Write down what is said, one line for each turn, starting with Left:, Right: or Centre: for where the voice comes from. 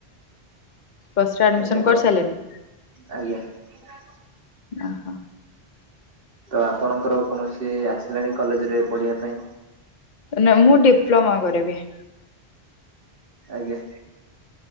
Left: ଫ୍ଷ୍ଟରେ ଆଡ଼ମିସନ୍
Right: ଆଜ୍ଞା ତ
Left: କରିସାରିଲେଣି?
Right: ଆଜ୍ଞା। ଆଉ
Left: ଓହୋ
Right: ଆପଣଙ୍କର? କୌଣସି ଆସିଲାଣି କଲେଜରେ ପଢ଼ିବା ପାଇଁ।
Left: ନା ମୁଁ ଡିପ୍ଲୋମା କରିବି।
Right: ଆଜ୍ଞା।